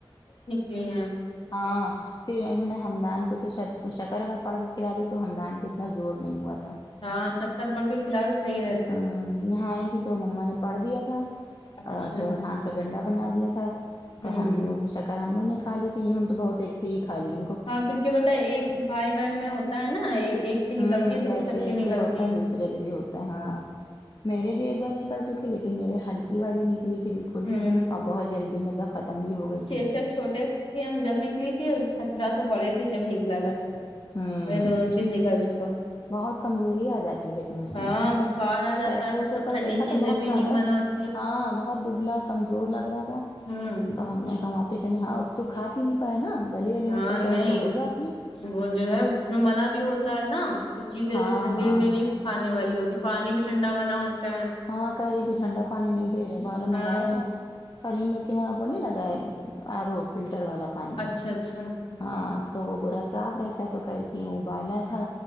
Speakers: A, on the left; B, on the left.
A: گی یا
B: ہاں پھر انہوں نے ہمدان کو تو شاید شکر وکر پڑھ کے کھلادی تو ہمدان کی اتنا زور نہیں ہوا تھا
A: ہاں سب شکر پڑھ کے کھلا دو صحیح ہے
B: ہم نہائیں گے تو مما نے پڑھ دیا تھا
A: اچھا
B: اور جو ارحان کا گنڈا بنا دیا تھا تو
A: ہوں
B: ہم لوگ نے شک اور ہم لوگ نےکھالی تھی انوں انہوں نے تو بہت ایک سے ہی کھالی
A: ہاں کیونکہ بتا ایک بھائی بہن میں ہوتا ہے نا ایک کی
B: ہوں،
A: نکلتی ہے تو
B: کہتے
A: پھر سب کی
B: ایک کے
A: نکلتی
B: ہوتا
A: ہے
B: دوسرے کے بھی ہوتا ہے ہاں میرے بھی ایک بار نکل چکی لیکن میرے ہلکے کی والی نکلی تھی بالکل
A: ہوں
B: اب بہت جلدی مطلب ختم بھی ہو گئی تھی
A: اچھا چھوٹے تھے ہم جب نکلی تھی خسرا تو بڑے تھے جب نکلا تھا میرے
B: ہوں
A: میں دونوں چیز نکال چکا
B: بہت کمزوری ا جاتی لیکن اس
A: ہاں
B: میں
A: بخار آ جاتا
B: تیفور
A: ہے پھر سب
B: کو کل
A: ٹھنڈی
B: دیکھا
A: چیزیں
B: تھا بہت
A: بھی
B: زیادہ
A: نہیں منع ہوتی ہے
B: ہاں بہت دبلا کمزور لگ رہا تھا
A: ہمم
B: نہیں کماتی نہ ہو تو کھاپی نہیں پائے نا گلے گلے
A: ہاں
B: میں سب طرف
A: نہیں
B: تو ہو جاتی ہیں
A: وہ جو ہے اس میں منع بھی ہوتا ہے نا کچھ چیزیں
B: ہاں
A: جو ٹھنڈی
B: ہاں
A: نڈی نہیں کھانے والی ہوتی پانی بھی ٹھنڈا بنا ہوتا ہے
B: ہاں کہے رہی تھی ٹھنڈا پانی نہیں دے رہے بعد میں
A: ہاں
B: منگایا تھا فرین لوگ کے وہاں وہ نہیں لگا ہے آر رہ فلٹر والا پانی
A: اچھا اچھا
B: ہاں تو وہ پورا صاف رہتا تو کرتی ہوں ابالا تھا